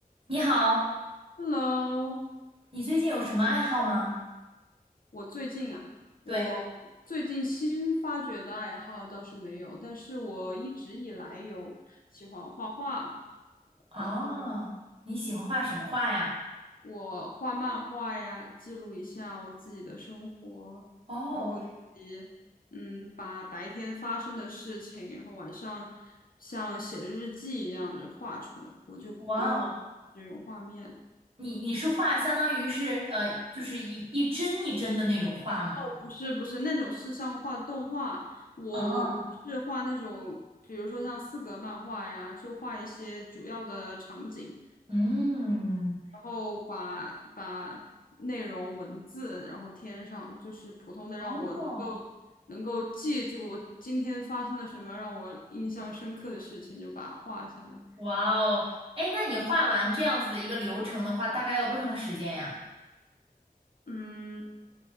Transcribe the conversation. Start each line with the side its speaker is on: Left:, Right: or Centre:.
Right: 你好，
Left: Hello，
Right: 你最近有什么爱好吗？
Left: 我最近啊，
Right: 对，
Left: 我最近新发掘的爱好倒是没有，但是我一直以来有喜欢画画，
Right: 哦，
Left: 然后
Right: 你喜欢画什么画呀？
Left: 我画漫画呀，记录一下我自己的生活，
Right: 哦，
Left: 然后以及嗯，把白天发生的事情，然后晚上像写日记一样的画出来，我就不用
Right: 哇哦，
Left: 就用画面。
Right: 你你是画相当于是呃，就是一一帧一帧的那种画吗？
Left: 不是不是那种是像画动画，我我是画那种，
Right: 啊，
Left: 比如说像四格漫画呀，就画一些主要的场景，
Right: 嗯，
Left: 然后把把内容文字然后添上，就是普通的让我能够
Right: 哦，
Left: 能够记住今天发生了什么让我印象深刻的事情，就把它画下来。
Right: 哇哦，哎，那你画完这样子的一个流程的话，大概要多长时间呀？
Left: 嗯，